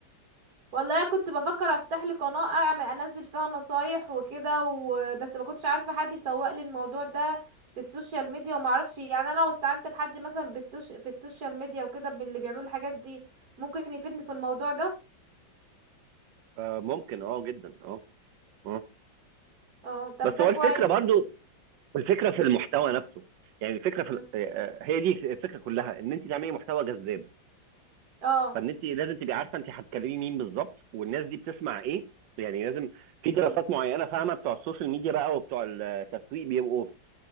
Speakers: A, on the right; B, on the right.
A: والله كنت بفكر افتح لي قناة اعمل انزل فيها نصايح وكده و... بس ما كنتش عارفة حد يسوق لي الموضوع ده في السوشيال ميديا وما اعرفش يعني انا لو استعنت بحد مثلا بالسوش... في السوشيال ميديا وكده باللي بيعملوا الحاجات دي ممكن يفيدني في الموضوع ده
B: فممكن اه جدا اه اه
A: اه طب
B: بس
A: ده
B: هو
A: كويس
B: الفكره برضو الفكره في
A: مم.
B: المحتوى نفسه يعني الفكره في ال-
A: مم.
B: آه، آه، هي دي الفكره كلها ان انت تعملي محتوى جذاب
A: اه
B: فان انت لازم تبقي عارفه انت هتكلمي مين بالظبط والناس دي بتسمع ايه يعني لازم في دراسات
A: مم.
B: معينه فاهمه بتوع السوشيال ميديا بقى وبتوع التسويق بيبقوا